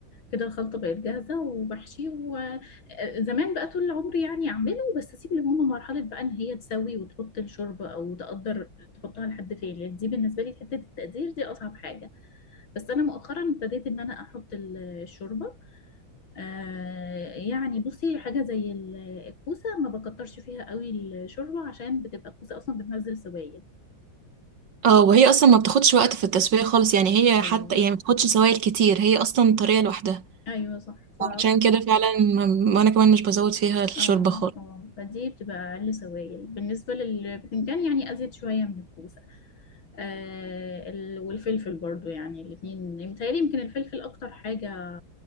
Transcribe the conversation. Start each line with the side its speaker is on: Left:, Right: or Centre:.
Left: كده الخلطة بقت جاهزة وبحشي وزمان بقى طول عمري يعني أعمله بس أسيب لماما مرحلة بقى إن هي تسوي وتحط الشوربة أو تقدر تحطها لحد فين لأن دي بالنسبة لي حتة التقدير دي أصعب حاجة بس أنا مؤخرا ابتديت إن أنا أحط ال- الشوربة آه يعني بصي حاجة زي ال- الكوسة ما بكترش فيها قوي الشوربة عشان بتبقى الكوسة أصلا بتنزل سوائل
Right: اه وهي اصلا ما بتاخدش وقت في التسوية خالص يعني هي
Left: أيوه
Right: حتى يعني ما بتاخدش سوائل كتير هي اصلا طرية لوحدها
Left: أيوه صح ف...
Right: عشان كده فعلا ما- وانا كمان مش بزود فيها الشوربة
Left: اه
Right: خالص
Left: اه فدي بتبقى أقل سوائل بالنسبة للبتنجان يعني أزيد شوية من الكوسة آه ال- والفلفل برضو يعني الاتنين متهيألي يمكن الفلفل أكتر حاجة